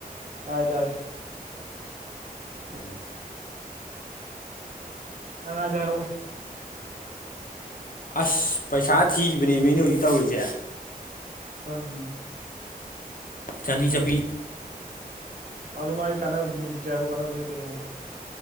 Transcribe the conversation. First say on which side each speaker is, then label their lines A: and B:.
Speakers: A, on the right; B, on the left.
A: ꯇꯥꯔꯦ ꯇꯥꯔꯦ
B: ꯎꯝ
A: ꯅꯪ ꯍꯥꯏꯗꯣ ꯍꯥꯏꯔꯛꯑꯣꯅꯦ
B: ꯑꯁ ꯄꯩꯁꯥ ꯊꯤꯕꯅꯦꯃꯦ ꯑꯩꯅ ꯍꯧꯖꯤꯛ ꯇꯧꯔꯤꯖꯦ
A: ꯆꯥꯟꯗꯤ
B: ꯆꯥꯟꯗꯤ ꯆꯄꯤ
A: ꯑꯗꯨ ꯃꯒꯤ ꯀꯥꯟꯅꯕ ꯕꯤꯅꯤꯐꯤꯠ ꯍꯥꯏꯔꯣ ꯀꯥꯟꯅꯕꯁꯨ ꯀꯩꯅꯣ